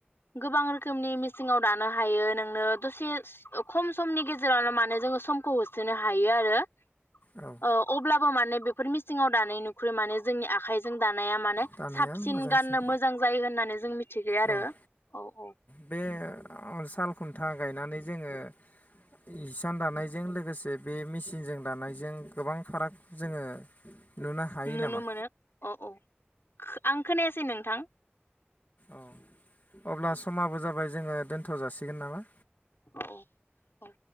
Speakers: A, on the left; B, on the left.
A: गोबां रोखोमनि मिसिंआव दानो हायो नोंनो दसे खम समनि गेजेरावनो माने जोङो सम खौ होसोनो हायो आरो। ओ
B: औ
A: अब्लाबो माने बेफोर मिसिङाव दा दानाय नुखो माने जोंनि आखाइजों दा नाया माने
B: दानाया
A: साबसिन
B: मोजांसिन
A: गाननो मोजां जायो होननानै जों मिथियो जे आरो
B: औ औ
A: औ औ
B: बे साल खुन्था गायनानै जोङो हिसान दानायजों लोगोसे बे मेचिनजों दानायजों गोबां फाराग जोङो नुनो हायो
A: नुनो
B: नामा
A: मोनो अ औ आं खोनायासै नोंथां
B: औ अब्ला समाबो जाबाय जोङो दोनथ' जासिगोन नामा
A: औ औ